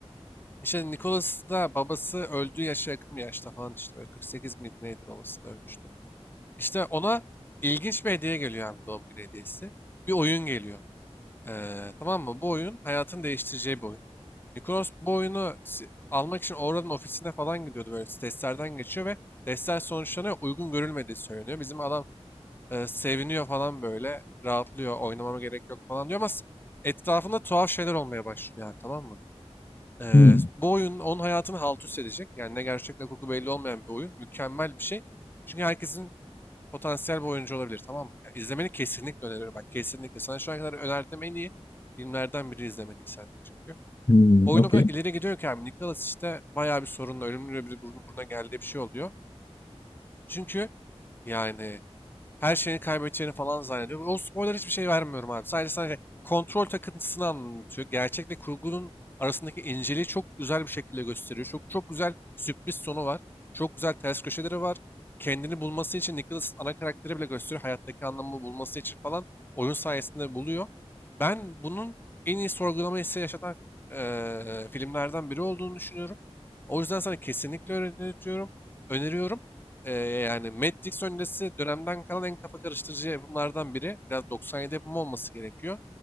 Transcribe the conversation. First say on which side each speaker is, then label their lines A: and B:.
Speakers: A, on the left; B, on the left.
A: İşte Nicholas da babası öldüğü yaşa yakın bir yaşta falan işte böyle 48 miydi neydi babası da ölmüştü. İşte ona ilginç bir hediye geliyor abi doğum günü hediyesi. Bir oyun geliyor. Ee, tamam mı? Bu oyun hayatını değiştireceği bir oyun. Nicholas bu oyunu si- almak için Oral'ın ofisine falan gidiyordu böyle testlerden geçiyor ve testler sonuçlarına uygun görülmediği söyleniyor. Bizim adam e, seviniyor falan böyle. Rahatlıyor. Oynamama gerek yok falan diyor ama s- etrafında tuhaf şeyler olmaya başlıyor abi, tamam mı? E,
B: Hı.
A: bu oyun onun hayatını halt üst edecek. Yani ne gerçek ne kurgu belli olmayan bir oyun. Mükemmel bir şey. Çünkü herkesin potansiyel bir oyuncu olabilir tamam mı? Ya, izlemeni kesinlikle öneriyorum. Bak kesinlikle. Sana şu ana kadar önerdiğim en iyi filmlerden biri izlemediysen çünkü.
B: Hı,
A: Oyun
B: okey.
A: o kadar ileri gidiyor ki abi. Nicholas işte bayağı bir sorunla ölümlü bir burun buruna geldiği bir şey oluyor. Çünkü yani her şeyini kaybedeceğini falan zannediyor. O spoiler hiçbir şey vermiyorum abi. Sadece sadece kontrol takıntısını anlatıyor. Gerçekle kurgunun arasındaki inceliği çok güzel bir şekilde gösteriyor. Çok çok güzel sürpriz sonu var. Çok güzel ters köşeleri var. Kendini bulması için Nicholas ana karakteri bile gösteriyor. Hayattaki anlamı bulması için falan oyun sayesinde buluyor. Ben bunun en iyi sorgulama hissi yaşatan eee, filmlerden biri olduğunu düşünüyorum. O yüzden sana kesinlikle öneriyorum. Öneriyorum. Ee, yani Matt Dix öncesi dönemden kalan en kafa karıştırıcı yapımlardan biri. Biraz 97 yapımı olması gerekiyor.